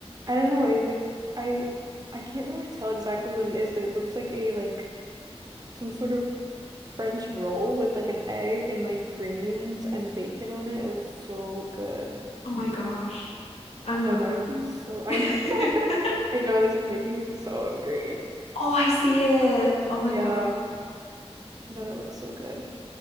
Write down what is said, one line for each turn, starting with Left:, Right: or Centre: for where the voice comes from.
Right: I don't know, it like I I can't really tell exactly what it is, but it looks like a like some sort of French roll with like an egg and like greens and bacon on it. It looks so good.
Left: Oh my gosh. I'm hungry.
Right: No, that would be so. I know.
Left: <laughs>
Right: <laughs> I know this is making me so hungry.
Left: Oh, I see it. Oh
Right: Yeah.
Left: my God.
Right: No, that looks so good.